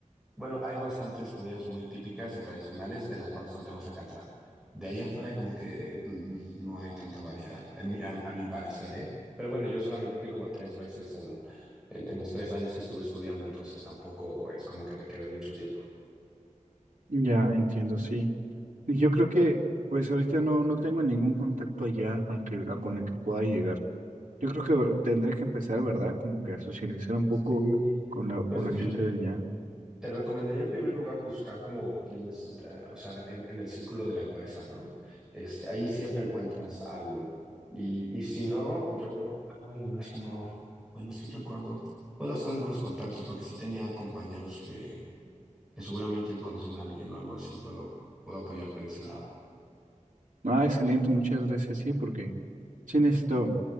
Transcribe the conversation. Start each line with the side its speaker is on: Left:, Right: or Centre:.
Centre: bueno, hay bastantes comidas muy típicas y tradicionales de las cuales no te vas a cansar. De ahí en fuera como que mm, no hay tanta variedad, en mi- a, a mi parecer, ¿eh? Pero bueno, yo solamente fui como tres veces en, en, en los tres años que estuve estudiando, entonces tampoco es como que me quedé mucho tiempo.
Right: ya entiendo, sí. Y yo creo que, pues ahorita no, no tengo ningún contacto allá a que, a con el que pueda llegar. Yo creo que tendré que empezar, ¿verdad? Como que a socializar un poco
Centre: Sí.
Right: con la, con
Centre: Pues yo
Right: la gente de allá.
Centre: Te recomendaría en primer lugar buscar como quienes, eh, o sea, en, en el círculo de la empresa, ¿no? Este, ahí siempre encuentras algo. Y, y si no, yo, ay, no es que no, bueno, sí recuerdo, puedo hacer algunos contactos porque sí tenía compañeros que, que seguramente conocen a alguien o algo así, puedo, puedo apoyarte de ese lado.
Right: Ah, excelente, muchas gracias, sí, porque sí necesito.